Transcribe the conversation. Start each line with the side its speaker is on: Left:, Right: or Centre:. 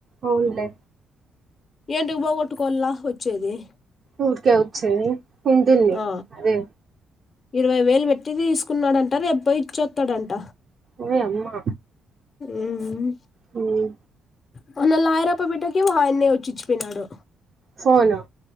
Right: అవున్లే
Left: ఏంటికి పోగొట్టుకోలా వచ్చేది
Right: ఊరికే వచ్చేది ఉంటుంది
Left: ఆ
Right: అదే
Left: ఇరవై వేలు పెట్టి తీసుకున్నాడంట రేపొయ్యి ఇచ్చొత్తడంట
Right: ఓయ్ అమ్మా
Left: ఉమ్
Right: మ్
Left: మొన్న లాయర్అప్ప బిడ్డకి ఆయన్నే వచ్చి ఇచ్చిపోయినాడు
Right: ఫోను